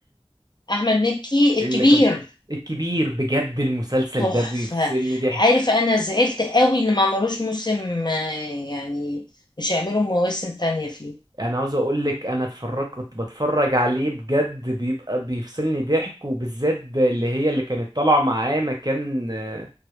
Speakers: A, on the left (about 45°); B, on the right (about 40°).
A: احمد مكي
B: اللي
A: الكبير
B: كان الكبير بجد المسلسل
A: تحفة
B: ده بيفصلني ضحك
A: عارف انا زعلت قوي ان ما عملوش موسم آه، يعني مش هيعملوا مواسم تانية فيه
B: انا عاوز اقول لك انا اتفرج كنت بتفرج عليه بجد بيبقى بيفصلني ضحك وبالذات اللي هي اللي كانت طالعه معاه مكان آه،